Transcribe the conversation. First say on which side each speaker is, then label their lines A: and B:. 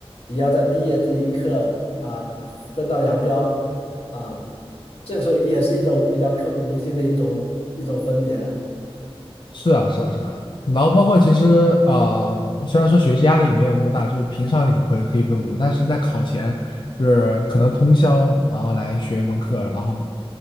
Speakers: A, on the left (about 75°); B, on the left (about 50°).
A: 也要在毕业这一刻啊分道扬镳啊。这个时候也是一种比较刻骨铭心的一种一种分别。
B: 是啊，是啊，是啊。然后包括其实啊、呃虽然说学习压力没有那么大，就是平常你可不可以可以不用读，但是在考前就是可能通宵，然后来学一门课，然后